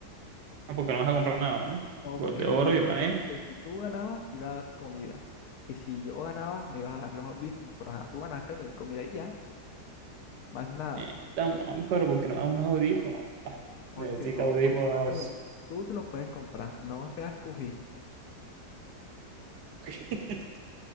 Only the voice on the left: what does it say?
No,
porque
yo
nomás
dije
que si tú ganabas te iba a dar comida. Y si yo ganaba, me ibas a dar los audífonos. Pero ajá, tú ganaste, te doy comida y ya, más nada.
Porque
no,
comprártelo. Tú te los puedes comprar. No seas cují.